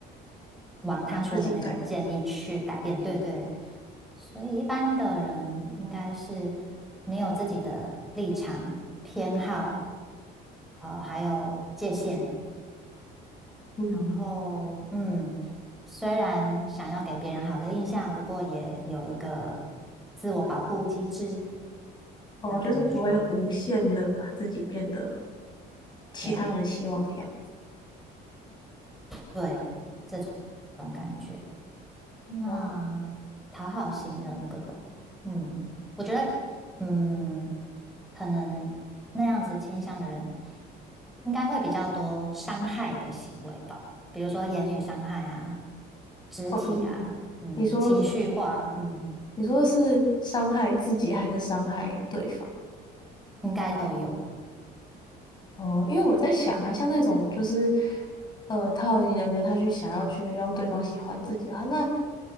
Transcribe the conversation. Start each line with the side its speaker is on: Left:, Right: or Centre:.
Centre: 往他说的那个建议去改变。
Left: 把自己改了，
Centre: 对对，所以一般的人应该是你有自己的立场、偏好，呃，还有界限。
Left: 嗯，
Centre: 然后，嗯，虽然想要给别人好的印象，不过也有一个自我保护机制
Left: 哦，
Centre: 的感觉。
Left: 就是不会无限的把自己变得其他人希望的样子，
Centre: 对对，这种感觉。那讨好型人格，
Left: 哇，
Centre: 嗯，我觉得，嗯，可能那样子倾向的人，应该会比较多伤害的行为吧，比如说言语伤害啊、肢体啊，
Left: 哦，嗯。
Centre: 嗯，
Left: 你说
Centre: 情绪化，嗯，
Left: 你说是伤害自己还是伤害对方？
Centre: 应该都有，
Left: 哦，因为我在想啊，像那种就是，呃，讨好型人格，他去想要去让对方喜欢自己的话，那